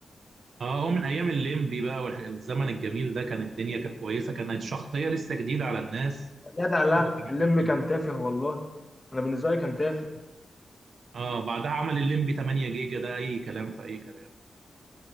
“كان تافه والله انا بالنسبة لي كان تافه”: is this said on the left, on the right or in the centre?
Left